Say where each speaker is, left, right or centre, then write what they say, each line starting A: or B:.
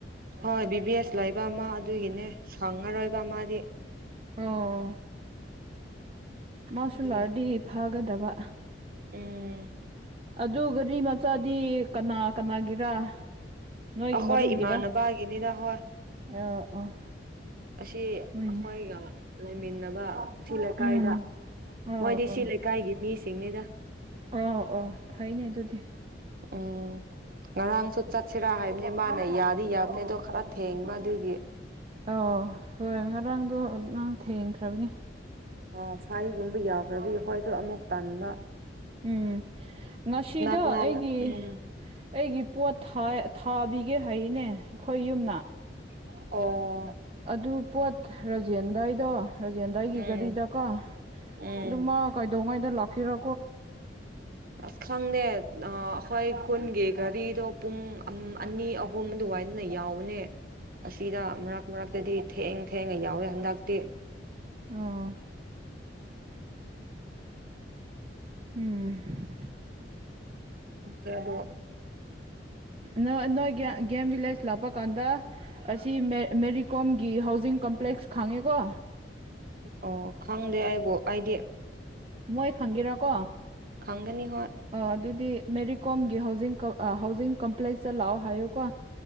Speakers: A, on the right (about 55°); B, on the right (about 30°).
A: ꯍꯣꯏ ꯕꯤ ꯕꯤ ꯑꯦꯁ ꯂꯩꯕ ꯃꯥ ꯑꯗꯨꯒꯤꯅꯦ ꯔꯣꯏꯕ ꯃꯥꯗꯤ
B: ꯑꯣ ꯃꯥꯁꯨꯨ
A: ꯑꯗꯨ
B: ꯂꯥꯛꯑꯗꯤ ꯐꯥꯒꯗꯕ
A: ꯎꯝ
B: ꯑꯗꯨ ꯒꯥꯔꯤ ꯃꯆꯥꯗꯤ ꯀꯅꯥ ꯀꯅꯥꯒꯤꯔ ꯅꯣꯏꯒꯤ
A: ꯑꯩꯈꯣꯏ
B: ꯃꯔꯨꯞꯒꯤꯔ
A: ꯏꯃꯥꯟꯅꯕꯒꯤꯅꯤꯗ ꯍꯣꯏ
B: ꯑ ꯑ
A: ꯑꯁꯤ
B: ꯍꯣꯏꯅꯦ
A: ꯑꯈꯣꯏꯒ ꯂꯩꯃꯤꯟꯅꯕ ꯁꯤ ꯂꯩꯀꯥꯏꯗ
B: ꯎꯝ ꯑꯣ
A: ꯃꯣꯏꯗꯤ
B: ꯑꯣ
A: ꯁꯤ ꯂꯩꯀꯥꯏꯒꯤ ꯃꯤ ꯆꯤꯡꯅꯦꯗ
B: ꯑꯣ ꯑꯣ ꯐꯩꯅꯦ ꯑꯗꯨꯗꯤ
A: ꯎꯝ ꯉꯔꯥꯡꯁꯨ ꯆꯠꯁꯤꯔꯥ ꯍꯥꯏꯕꯅꯦ ꯃꯥꯅ ꯌꯥꯗꯤ ꯌꯥꯕꯅꯦ ꯑꯗꯣ ꯈꯔ ꯊꯦꯡꯕ ꯑꯗꯨꯒꯤ
B: ꯑꯧ ꯍꯣꯢ ꯉꯔꯥꯡꯗꯣ ꯅꯪ ꯊꯦꯡꯈ꯭ꯔꯕꯅꯦ
A: ꯑ ꯐꯥꯏꯒꯨꯝꯕ ꯌꯥꯎꯈ꯭ꯔꯕꯤ ꯍꯈꯣꯏꯁꯨ ꯑꯃꯨꯛ ꯇꯥꯟꯕ
B: ꯎꯝ ꯉꯁꯤꯗ
A: ꯀꯅꯥ
B: ꯑꯩꯒꯤ
A: ꯎꯝ
B: ꯑꯩꯒꯤ ꯄꯣꯠ ꯊꯥꯕꯤꯒꯦ ꯍꯥꯏꯔꯤꯅꯦ ꯑꯩꯈꯣꯏ ꯌꯨꯝꯅ
A: ꯑꯣ
B: ꯑꯗꯨ ꯄꯣꯠ ꯔꯣꯖꯦꯟ ꯑꯗꯨꯗꯥꯏꯗꯣ ꯔꯥꯖꯦꯟꯗꯥ ꯑꯩꯒꯤ
A: ꯎꯝ
B: ꯒꯥꯔꯤꯗꯀꯣ
A: ꯎꯝ
B: ꯑꯗꯨꯃ ꯀꯥꯏꯗꯧꯉꯥꯏꯗ ꯂꯥꯛꯀꯦꯔ
A: ꯑꯁ ꯈꯪꯗꯦ ꯑꯩꯈꯣꯏ ꯀꯨꯟꯒꯤ ꯘꯔꯤꯗꯣ ꯄꯨꯡ ꯎꯝ ꯑꯅꯤ ꯑꯍꯨꯝ ꯑꯗꯨꯋꯥꯏꯗꯅ ꯌꯥꯎꯕꯅꯦ ꯑꯁꯤꯗ ꯃꯔꯛ ꯃꯔꯛꯇꯗꯤ ꯊꯦꯡ ꯊꯦꯡꯉ ꯌꯥꯎꯋꯦ ꯍꯟꯗꯛꯇꯤ
B: ꯑ ꯎꯝ
A: ꯕꯗꯣ
B: ꯅꯣꯏ ꯅꯣꯏ ꯒꯦꯝ ꯚꯤꯂꯦꯁ ꯂꯥꯛꯄꯀꯥꯟꯗ ꯑꯁꯤ ꯃ ꯃꯦꯔꯤ ꯀꯣꯝꯒꯤ ꯍꯥꯎꯖꯤꯡ ꯀꯝꯄ꯭ꯂꯦꯛꯁ ꯈꯥꯡꯉꯦꯀꯣ
A: ꯑꯣ ꯈꯪꯗꯦ ꯑꯩꯕꯨ ꯑꯩꯗꯤ
B: ꯃꯣꯏ ꯈꯪꯒꯦꯔꯥꯀꯣ
A: ꯈꯪꯒꯅꯤ ꯍꯣꯏ
B: ꯑ ꯑꯗꯨꯗꯤ ꯃꯦꯔꯤ ꯀꯣꯝ ꯍꯥꯎꯁ ꯍꯥꯎꯁꯤꯡ ꯀꯝꯄ ꯄ꯭ꯂꯦꯛꯁꯇ ꯂꯥꯛꯑꯣ ꯍꯥꯏꯌꯨ ꯀꯣ